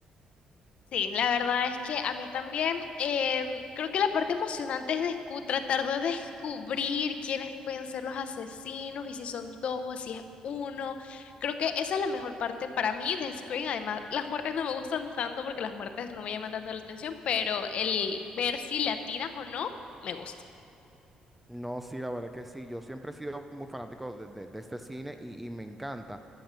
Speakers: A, on the left; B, in the centre.
A: Sí, la verdad es que a mí también em, creo que la parte emocionante es descu- tratar de descubrir quiénes pueden ser los asesinos y si son dos o si es uno. Creo que esa es la mejor parte para mí de Scream. Además, las muertes no me gustan tanto porque las muertes no me llaman tanto la atención, pero el ver si le atinas o no me gusta.
B: No, sí, la verdad que sí. Yo siempre he sido muy fanático de, de- de este cine y, y me encanta.